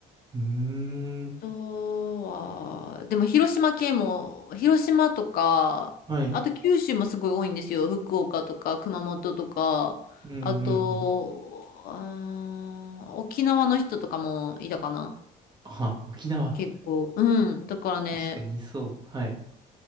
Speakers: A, on the right (about 25°); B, on the left (about 60°).
A: うーん、
B: あとは、でも広島県も、広島とか、
A: はい。
B: あと九州もすごい多いんですよ。福岡とか熊本とか、
A: うん、うん、う
B: あと、
A: ん。
B: あー沖縄の人とかもいたかな。
A: あ、沖縄。
B: 結構。うん。だからね、
A: 確かにいそう。はい。